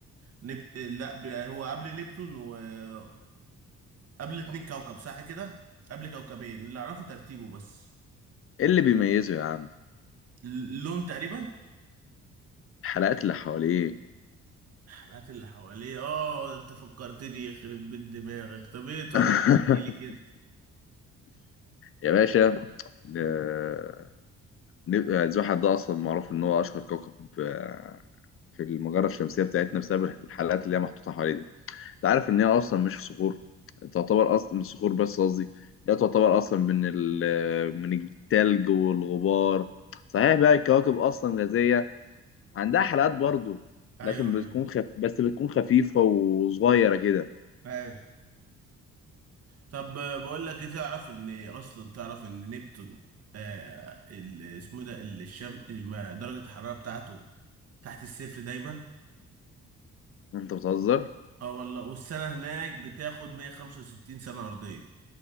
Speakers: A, on the right (about 55°); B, on the left (about 45°).
A: نبت لا ب- هو قبل نبتون وقبل اتنين كوكب صح كده قبل كوكبين اللي اعرفه ترتيبه بس
B: إيه اللي بيميزه يا عم؟
A: اللون تقريبا
B: الحلقات اللي حواليه
A: الحلقات اللي حواليه اه انت فكرتني يخرب بيت دماغك طب ايه طب
B: <laughs>
A: ما تحكيلي كده
B: يا باشا آه، نبقى زحل ده اصلا معروف ان هو اشهر كوكب آه، في المجره الشمسيه بتاعتنا بسبب الحلقات اللي هي محطوطه حواليه دي انت عارف ان هي اصلا مش في صخور تعتبر اصلا من صخور بس قصدي لا تعتبر اصلا من ال- من التلج والغبار صحيح بقى الكواكب اصلا غازيه عندها حلقات برضو
A: ايوه
B: لكن بتكون
A: ايوه
B: خف... بس بتكون خفيفه وصغيره كده
A: ايوه طب آه، بقول لك ايه تعرف ان اصلا تعرف ان نبتون آه ال- اسمه ده ال- الشم ما- درجة الحرارة بتاعته تحت الصفر دايما
B: انت بتهزر
A: اه والله والسنة هناك بتاخد 165 سنة أرضية